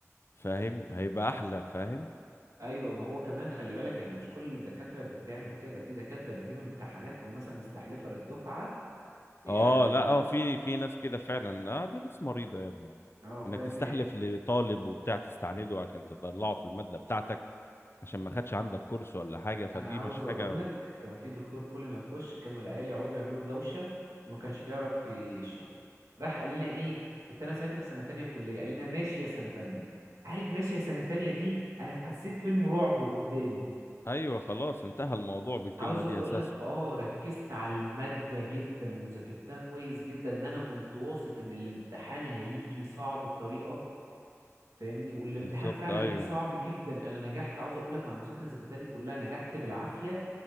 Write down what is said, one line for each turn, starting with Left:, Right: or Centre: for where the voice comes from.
Left: فاهم هيبقى أحلى فاهم
Right: ايوه ما هو كمان خلي بالك يعني مش كل الدكاتره بتعمل كده في دكاتره بتجيب امتحانات ومثلا مستحلفه للدفعه يعني
Left: اه لا
Right: ال...
Left: اه في في ناس كده فعلا اه دي ناس مريضة يا ابني
Right: اه فاهمني
Left: انك تستحلف لطالب وبتاع تستعنده عشان تطلعه في المادة بتاعتك عشان ما خدش عندك كورس ولا حاجة فدي
Right: انا عاوز
Left: مش
Right: اقول
Left: حاجة مش
Right: لك كان في دكتور كل ما يخش كانوا العيال يقعدوا يعملوا دوشه وما كانش بيعرف يشرح راح قال لنا ايه كنت انا ساعتها في سنه تانية كليه قال لنا ماشي يا سنه تانية عارف ماشي يا سنه تانية دي انا حسيت فيلم رعب قدامي
Left: ايوه خلاص انتهى الموضوع بالكلمة
Right: عاوز
Left: دي
Right: اقول
Left: اساسا
Right: لك اه ركزت على الماده جدا وذاكرتها كويس جدا ان انا كنت واثق ان الامتحان هيجي صعب بطريقه فاهمني والامتحان
Left: بالظبط
Right: فعلا
Left: ايوه
Right: جه صعب جدا انا نجحت عاوز اقول لك مع المذاكره اللي ذاكرتها دي كلها نجحت بالعافيه